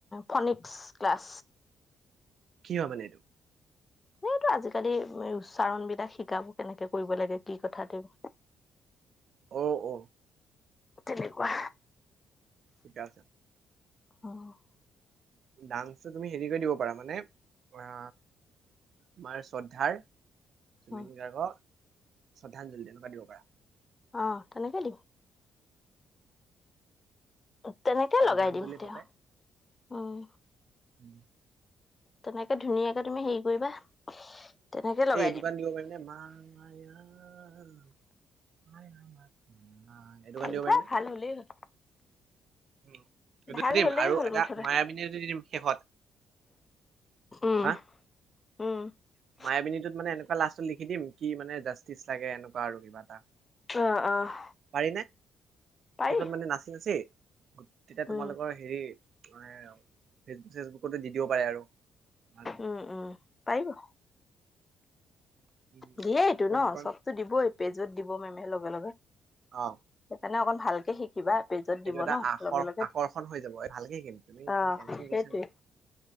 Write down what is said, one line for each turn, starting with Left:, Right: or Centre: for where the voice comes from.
Left: ফনিক্স ক্লাছ
Right: কি হয় মানে এইটো
Left: সেইটোআজিকালি উচ্চাৰণ বিলাক শিকাব কেনেকে কৰিব কি কথা তেওঁ
Right: অ- অ-
Left: তেনেকুৱা
Right: ঠিকে আছে।
Left: অ, -
Right: ডান্সটো তুমি হেৰি কৰি দিব পাৰা মানে আ আমাৰ শ্ৰদ্ধাৰ জুবিন
Left: অ
Right: গাৰ্গক শ্ৰদ্ধাঞ্জলি তেনেকুৱা দিব পাৰা।
Left: অঁ', তেনেকেই দিও। তেনেকেই
Right: শ্ৰদ্ধাঞ্জলি
Left: লগাই দিম তেওঁ
Right: ভাৱে
Left: উম,
Right: <inaudible>
Left: তেনেকে ধুনীয়াকে তুমি হেৰি কৰিবা তেনেকে লগাই
Right: এই
Left: দিম
Right: কাৰণ দিব পাৰিম নে? মায় -মায়া মায়া, মায়া মাথোঁ মায়া। এইটো
Left: পাৰিবা
Right: গান দিব পাৰিম
Left: ভাল হলেই হ'ল।
Right: উম, সেইটো
Left: ভাল
Right: দিম
Left: হলেই
Right: আৰু
Left: হ'ল
Right: এটা
Left: মুঠতে
Right: মায়াবিনীয়ে ৰাতি দি দিও শেষত
Left: উম,
Right: হা
Left: -উম, -
Right: মায়াবিনীটোত মানে এনেকুৱা লাষ্টত লিখি দিম কি মানে? জাষ্টিছ লাগে এনেকুৱা আৰু কিবা এটা।
Left: অ', -অ',
Right: পাৰি নে?
Left: পাৰি
Right: শেষত মানে নাচি- নাচি তেতিয়া
Left: উম
Right: তোমালোকৰ হেৰি মানে ফেচবুক- চেচবুকতো দি দিব পাৰে আৰু ভাল হয়।
Left: উম, -উম, পাৰিব।
Right: উম
Left: দিয়েই এইটো
Right: কোন
Left: ন-
Right: কোন
Left: চবতো দিবই পেজত দিব মেমে লগে-লগে।
Right: অ',
Left: সেইকাৰে অকণ ভালকে শিকি কিবা পেজত
Right: এইটো
Left: দিব
Right: এটা
Left: ন-'
Right: আখৰ
Left: লগে-লগে
Right: আকৰ্ষণ হৈ যাব এই ভালকে শিকিম তুমি
Left: অ,
Right: তুমি টেনচন
Left: সেইটোৱে।
Right: কৰিছা নেকি